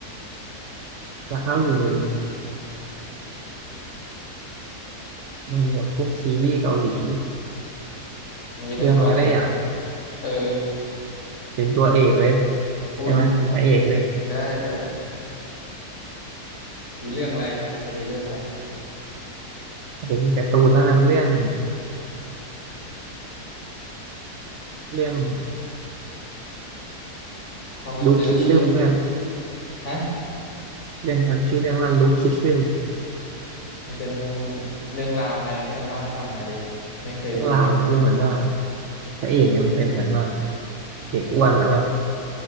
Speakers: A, on the right; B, on the left.
A: อยากเข้าอยู่ในในแบบพวกซีรีส์เกาหลี
B: มึงจะเป็นตัวไหน
A: เรื่องอะไรได้อยาก
B: เออ
A: เป็นตัวเอกเลย
B: อุ้ย
A: ใช่ไหมเป็นพระเอกเลย
B: ได้ได้อยู่เรื่องอะไรเพื่อนเป็นเรื่องอะไร
A: เอาเป็นการ์ตูนแล้วกันเรื่องเรื่อง
B: ทอมแอนด์เจอรี่
A: ลูคคิดซึมเพื่อน
B: ฮะ
A: เรื่องมันชื่อเรื่องว่าลูคคิดซึม
B: มันเป็นเรื่องราวไงเพื่อนเล่าให้ฟังหน่อยดิไม่เคยดูเลยเรื่องนี้
A: เรื่องราวมันคือเหมือนว่าพระเอกเนี่ยมันเป็นเหมือนว่าเด็กอ้วนแล้วแบบ